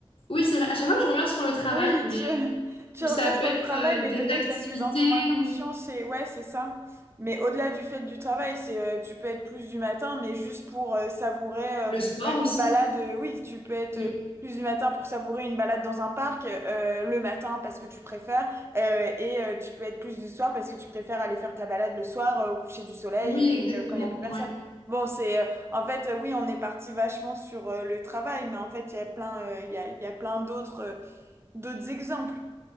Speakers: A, on the left (about 65°); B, on the right (about 25°).
A: Oui, c'est vrai. À chaque fois, je reviens sur le travail,
B: Oui,
A: mais
B: tu, <laughs> tu
A: où
B: reviens
A: ça peut
B: sur
A: être
B: le travail,
A: euh, des
B: mais peut-être
A: activités
B: parce que dans ton inconscient,
A: ou
B: c'est ouais, c'est ça. Mais au-delà du fait du travail, c'est euh, tu peux être plus du matin, mais juste pour euh, savourer euh,
A: le sport
B: euh,
A: aussi.
B: une balade. euh, oui, tu peux être
A: Oui,
B: euh, plus du matin pour savourer une balade dans un parc euh, le matin parce que tu préfères, euh, et euh, tu peux être plus du soir parce que tu préfères aller faire ta balade le soir euh, au coucher du soleil
A: oui,
B: et puis,
A: exactement.
B: euh, quand il n'y a plus personne.
A: Ouais.
B: Bon, c'est euh, en fait euh, oui, on est parti vachement sur euh, le travail, mais en fait il y a plein euh, il y a, il y a plein d'autres. euh, D'autres exemples,